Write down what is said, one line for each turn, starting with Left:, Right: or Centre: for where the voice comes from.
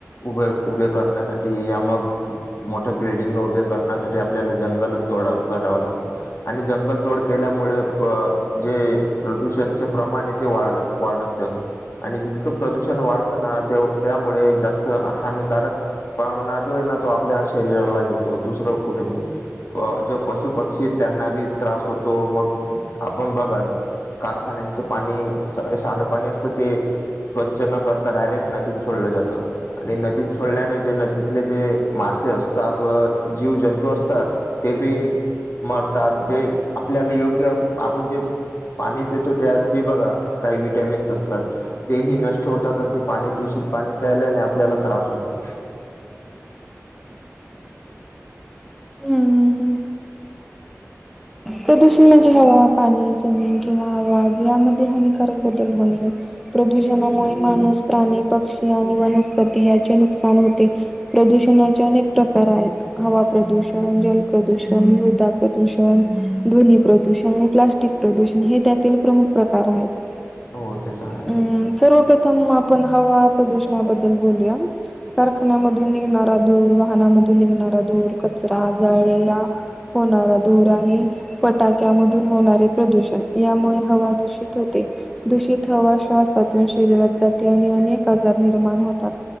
Left: उभे - उभे करण्यासाठी या मग मोठ्या बिल्डिंग उभ्या करण्यासाठी, आपल्याला जंगल तोडा - तोडावे लागते. आणि जंगल तोड केल्यामुळे, अ जे प्रदूषण त्यांचे प्रमाण इथे, वाढ - वाढत. आणि जितकं प्रदूषण वाढतं ना, तेव - त्यामुळे जास्त हानिकारक पणा जो आहे ना, तो आपल्या शरीराला ज होतो. दुसरं कुठेच नाही. जो पशुपक्षी त्यांना बी त्रास होतो. मग, आपण बघा कारखान्यांचं पाणी, सांडपाणी असतं ते स्वच्छ न करता, डायरेक्ट नदीत छोडलं जातं. आणि नदीत सोडल्याने, जे नदीतले जे, मासे असतात व जीव जंतू असतात ते बी मरतात. जे आपल्याला योग्य, आपण जे पाणी पेतो, त्यात बी बघा. काही विटॅमिन्स असतात. तेही नष्ट होतात. अन् ते पाणी, दूषित पाणी प्यायल्याने आपल्याला त्रास होतो.
Centre: हम्म हम्म हम्म प्रदूषण म्हणजे हवा, पाणी, जमीन किंवा आवाज यामध्ये, हानिकारक बदल होणे. प्रदूषणामुळे माणूस, प्राणी, पक्षी आणि वनस्पती याचे नुकसान होते. प्रदूषणाचे अनेक प्रकार आहेत. हवा प्रदूषण, जल प्रदूषण, मृदा प्रदूषण ध्वनी प्रदूषण आणि प्लास्टिक प्रदूषण. हे त्यातील प्रमुख प्रकार आहेत.
Left: हो ते तर आहेच
Centre: अम्, सर्वप्रथम आपण, हवा प्रदूषणाबद्दल बोलूया. कारखान्यामधून निघणारा दूर, वाहनामधून निघणारा धूर, कचरा जाळलेला होणारा धू आणि फटाक्या मधून होणारे प्रदूषण. यामुळे हवा दूषित होते. दूषित हवा, श्वासातून शरीरात जाते. आणि अनेक आजार निर्माण होतात.